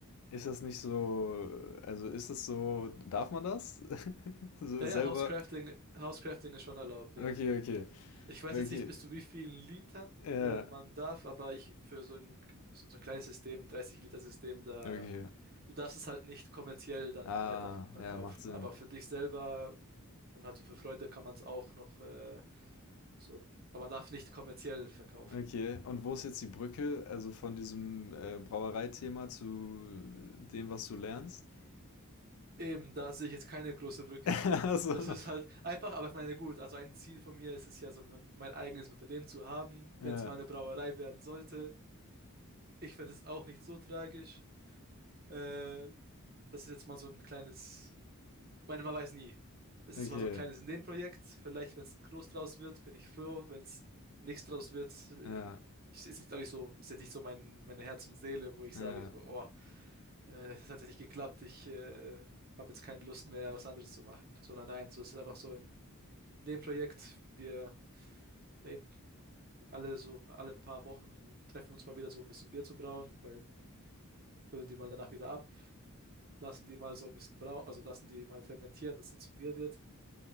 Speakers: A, on the left (about 70°); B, on the right (about 45°).
A: Ist das nicht so, also ist das so, darf man das? <laughs> So
B: Ja,
A: selber
B: ja, Housecrafting, Housecrafting ist schon erlaubt, ja.
A: Okay, okay,
B: Ich weiß
A: okay.
B: jetzt nicht, bis zu wie vielen Litern
A: Ja,
B: äh, man darf, aber ich für so ein, so ein kleines System, 30-Liter-System, da
A: okay.
B: du darfst es halt nicht kommerziell dann
A: Ah,
B: weiterverkaufen.
A: ja, macht Sinn.
B: Aber für dich selber Und halt so für Freunde kann man es auch noch äh, so, aber man darf nicht kommerziell verkaufen.
A: Okay, und wo ist jetzt die Brücke, also von diesem äh, Brauereithema zu dem, was du lernst?
B: Eben, da sehe ich jetzt keine große Brücke.
A: <laughs> Also,
B: Das ist halt einfach, aber ich meine, gut, also ein Ziel von mir ist es ja so, mein, mein eigenes Unternehmen zu haben,
A: ja,
B: wenn es mal eine Brauerei werden sollte. Ich fände es auch nicht so tragisch. Äh, das ist jetzt mal so ein kleines, ich meine, man weiß nie. Es
A: okay,
B: ist mal so ein kleines Nebenprojekt. Vielleicht, wenn es groß draus wird, bin ich froh. Wenn es nichts draus wird, äh,
A: ja,
B: ist jetzt nicht, glaube ich, so, ist jetzt nicht so mein, meine Herz und Seele, wo ich
A: ja,
B: sage, so, oh, Ja, das hat ja nicht geklappt. Ich äh, habe jetzt keine Lust mehr, was anderes zu machen, sondern nein, so ist es einfach so in dem Projekt. Wir ja eben alle so alle paar Wochen treffen wir uns mal wieder so ein bisschen Bier zu brauen, weil füllen die mal danach wieder ab, lassen die mal so ein bisschen brauen, also lassen die mal fermentieren, dass das zum Bier wird.